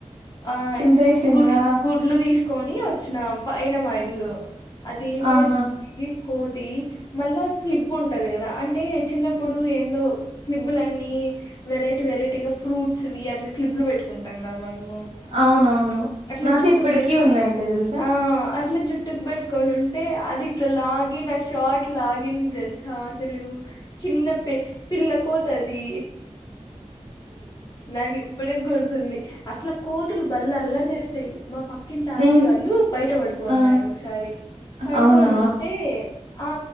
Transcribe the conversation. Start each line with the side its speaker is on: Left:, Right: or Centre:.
Left: ఆ
Right: చింపేసిందా
Left: గుడ్ గుడ్లు తీసుకొని వచ్చినం పైన మా ఇల్లు అదేం చేసింది
Right: ఆహా
Left: కో మళ్ళా క్లిబ్ ఉంటది కదా అంటే చిన్నప్పుడు ఏందో క్లిబ్బలన్నీ వెరైటీ వెరైటీ గా ఫ్రూట్స్వి అట్లా క్లిబ్లు పెట్టుకుంటాం కదా మనం
Right: అవునవును
Left: అట్లా
Right: నాది
Left: జుట్టుకు
Right: ఇప్పటికీ
Left: బెట్కొ
Right: ఉన్నాయి తెలుసా
Left: ఆ అట్లా జుట్టుకు పెట్టుకొన్ ఉంటే అది ఇట్లా లాగి ఆ షార్ట్ లాగింది తెల్ అసలు చిన్న పి పిల్ల కోతది నాకు ఇప్పుడే గుర్తుంది అట్లా కోతులు బళ్ల్ళ అల్లరి చేస్తాయి మా పక్ పక్కింటి ఆంటీ
Right: నేను
Left: వాళ్ళు బయట పడుకొన్నారు
Right: ఆ
Left: ఒకసారి పడుకొని
Right: అవునా
Left: ఉంటే ఆ